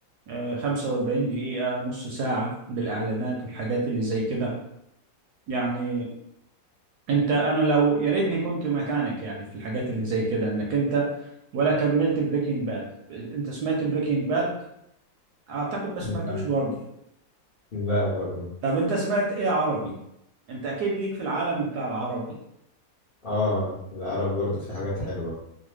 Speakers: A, on the right; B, on the left.
A: آه، 45 دقيقة نص ساعة بالإعلانات والحاجات اللي زي كده يعني انت انا لو يا ريتني كنت مكانك يعني في الحاجات اللي زي كده انك انت ولا كملت بريكنج باد انت سمعت بريكنج باد اعتقد ما سمعتوش
B: لا
A: برضه
B: لا برضه
A: طب انت سمعت ايه عربي انت اكيد ليك في العالم بتاع العربي
B: اه العربي برضه في حاجات حلوة